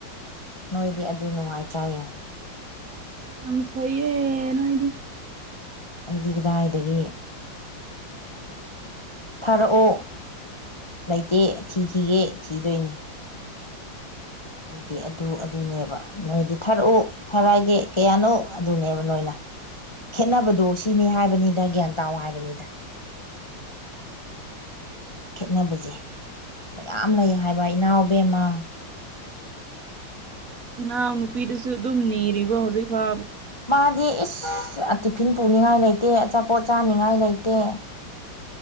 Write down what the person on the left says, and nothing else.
ꯅꯣꯏꯗꯤ ꯑꯗꯨ ꯅꯨꯡꯉꯥꯏꯇ꯭ꯔꯥꯌꯦꯡꯉ
ꯑꯩꯗꯤ ꯀꯗꯥꯏꯗꯒꯤ ꯊꯥꯔꯛꯑꯣ ꯂꯩꯇꯦ ꯊꯤꯈꯤꯒꯦ ꯊꯤꯗꯣꯏꯅꯦ ꯑꯩꯗꯤ ꯑꯗꯨ ꯑꯗꯨꯅꯦꯕ ꯅꯣꯏꯗꯤ ꯊꯥꯔꯛꯑꯣ ꯊꯔꯒꯤꯦ ꯀꯌꯥꯅꯣ ꯑꯗꯨꯅꯦꯕ ꯅꯣꯏꯅ ꯈꯦꯠꯅꯕꯗꯣ ꯁꯤꯅꯤ ꯍꯥꯏꯕꯅꯤꯗ ꯒ꯭ꯌꯥꯟ ꯇꯥ ꯍꯥꯏꯕꯅꯤꯗ ꯈꯦꯠꯅꯕꯁꯦ ꯃꯌꯥꯝ ꯂꯩ ꯍꯥꯏꯕ ꯏꯅꯥꯎꯕꯦꯝꯃ
ꯃꯥꯗꯤ ꯏꯁ ꯇꯤꯐꯤꯟ ꯄꯨꯅꯤꯡꯉꯥꯏ ꯂꯩꯇꯦ ꯑꯆꯥꯄꯣꯠ ꯆꯥꯅꯤꯡꯉꯥꯏ ꯂꯩꯇꯦ